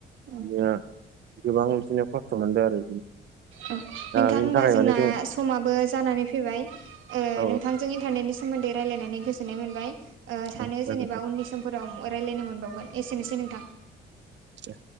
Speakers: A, on the right; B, on the right.
A: औ
B: बिदिनो गोबां बिदिनो खस थोमदे आरो
A: औ नोंथां
B: बेनि
A: होनबा
B: थाखाय
A: जोंना
B: माने जों
A: समाबो जानानै फैबाय
B: औ
A: नोंथांजों इन्टारनेटनि सोमोन्दै रायजलायनानै गोजोननाय मोनबाय। सानो
B: औ जागोन
A: जेनेबा
B: दे
A: उननि समफोराव रायज्लायनो मोनबावगोन एसेनोसै नोंथां।
B: आ